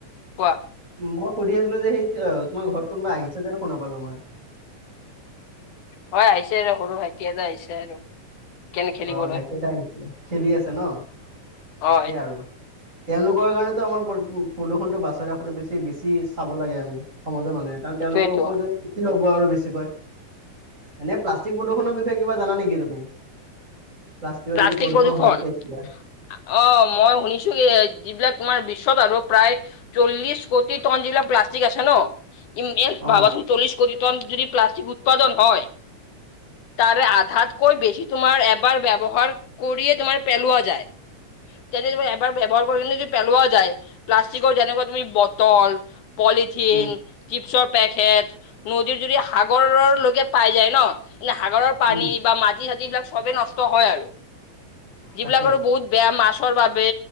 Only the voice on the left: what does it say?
কোৱা!
হয়, আহিছে আৰু সৰু ভাইটি এটা আহিছে আৰু। কেনে খেলিবলৈ
হয়
সেইটোয়েইটো
প্লাষ্টিক
প্ৰদূষণ?
অ', মই শুনিছোঁ যিবিলাক তোমাৰ বিশ্বত আৰু প্ৰায় চল্লিশ কোটি ট'ন যিবিলাক প্লাষ্টিক আছে ন, ইণ্ডিয়াত
ভাবাচোন চল্লিশ কোটি ট'ন যদি প্লাষ্টিক উৎপাদন হয়! তাৰে আধাতকৈ বেছি তোমাৰ এবাৰ ৱহাৰ কৰিয়ে তোমাৰ পেলোৱা যায়, তেন্তে তুমি এবাৰ ব্যৱহাৰ কৰি পেলোৱা যায়! প্লাষ্টিকৰ যেনেকুৱা তুমি বটল, পলিথিন,
চিপছৰ পেকেট নদীৰ যদি সাগৰৰলৈকে পাই যায় ন, এ সাগৰৰ পানী
বা মাটি ছাতি এইবিলাক সবেই নষ্ ত হয় আৰু যিবিলাক
আৰু বহুত বেয়া মাছৰ বাবে,